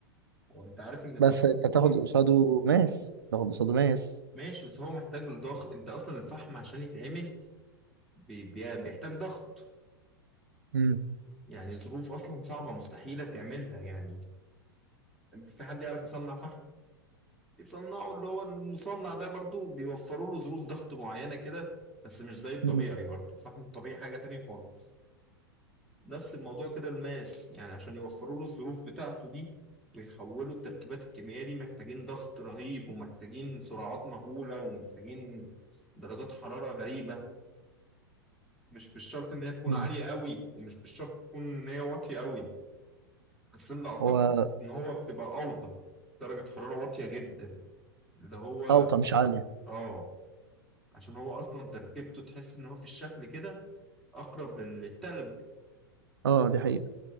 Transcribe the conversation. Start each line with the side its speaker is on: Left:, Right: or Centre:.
Centre: وانت عارف ان الفحم
Right: بس انت تاخد
Centre: اصلا
Right: قصاده ماس تاخد قصاده ماس
Centre: ماشي بس هو محتاج لضغط انت اصلا الفحم عشان يتعمل بي- بي- بيحتاج ضغط
Right: امم
Centre: يعني ظروف اصلا صعبة مستحيلة تعملها يعني انت في حد يعرف يصنع فحم يصنعه اللي هو المصنع ده برضو بيوفروا له ظروف ضغط معينة كده بس مش زي الطبيعي
Right: امم
Centre: برضو الفحم الطبيعي حاجة تانية خالص نفس الموضوع كده الماس يعني عشان يوفروا له الظروف بتاعته دي ويحولوا التركيبات الكيميائية دي محتاجين ضغط رهيب ومحتاجين سرعات مهولة ومحتاجين درجات حرارة غريبة مش بالشرط إن هي تكون
Right: أمم.
Centre: عالية قوي ومش بالشرط تكون إن هي واطية قوي بس أنا أعتقد
Right: هو
Centre: إن هو بتبقى أوطى درجة حرارة واطية جدا اللي هو
Right: اوطى مش عالية
Centre: آه عشان هو أصلا تركيبته تحس إن هو في الشكل كده أقرب للتلج
Right: اه دي حقيقة